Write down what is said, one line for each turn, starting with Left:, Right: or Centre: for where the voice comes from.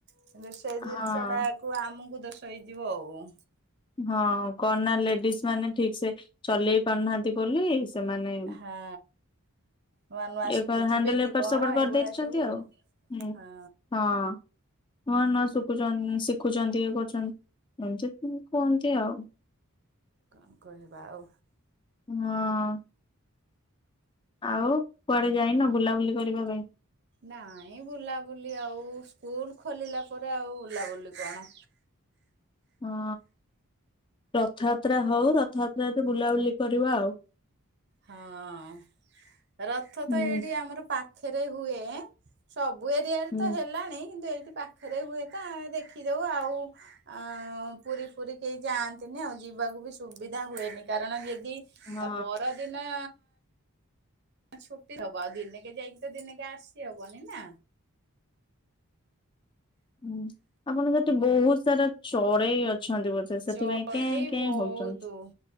Right: କିନ୍ତୁ ସେଇ ଜିନିଷ
Left: ହଁ
Right: ଟାକୁ ଆମକୁ ଦୋ ଷ ହେଇଯିବ ଆଉ।
Left: ହଁ, କଣ ନା ଲେଡିଜ ମାନେ ଠିକ ସେ ଚଲେଇ ପାରୁନାହାନ୍ତି ବୋଲି। ସେମାନେ।
Right: ହଁ ନୂଆ ନୂଆ
Left: ଏ
Right: ଶିଖୁଥିବେ
Left: ହ୍ୟାଣ୍ଡେଲ
Right: କି
Left: ଏପଟ
Right: କଣ
Left: ସେପଟ କରିଦେଇଛନ୍ତି
Right: ଏଇଭଳିଆ ସବୁ ଆଉ।
Left: ହୁଁ
Right: ହଁ
Left: ହଁ। ନୁଆ ନୂଆ ଶିଖୁଛନ ଶିଖୁଛନ୍ତି ଇଏ କରୁଛନ୍ତି ଏମିତି। କୁହନ୍ତି ଆଉ।
Right: କଣ କହିବା ଆଉ?
Left: ହଁ। ଆଉ କୁଆଡେ ଯାଇନ ବୁଲାବୁଲି କରିବା ପାଇଁ?
Right: ନାଇଁ ବୁଲାବୁଲି ଆଉ ସ୍କୁଲ ଖୋଲିଲା ପରେ ଆଉ ବୁଲାବୁଲି କଣ।
Left: <unintelligible> ହଁ ରଥଯାତ୍ରା ହଉ ରଥଯାତ୍ରା ରେ ତ ବୁଲାବୁଲି କରିବା ଆଉ।
Right: ହଁ ରଥ
Left: ହୁଁ
Right: ତ ଏଇଠି ଆମର ପାଖ ଖେରେ ହୁଏ ସବୁ ଏରିଆରେ
Left: ହୁଁ
Right: ତ ହେଲାଣି କିନ୍ତୁ ଏଇ ଠି ପାଖରେ ହୁଏ ତ ଦେଖିଦଉ ଆଉ ଆ ପୁରୀ ପୁରୀ କେହି ଯାଆନ୍ତିନି ଆଉ। ଯିବାକୁ ବି ସୁବିଧା ହୁଏନି କାରଣ ଯେଦି
Left: ହଁ
Right: ପରଦିନ। ଛୁଟି ହବ ଆଉ ଦିନ କେ ଯାଇକି ତ ଦିନେକ ଆସିଛି ହବନି ନା?
Left: ହୁଁ ଆପଣ ସେଠି ବହୁତ ସାରା ଚଢେଇ ଅ ଛନ୍ତି ବୋଦେ ସେଥିପାଇଁ
Right: ଚଢେଇ
Left: କେ କେ
Right: ବହୁତୁ।
Left: ହଉଛନ୍ତି।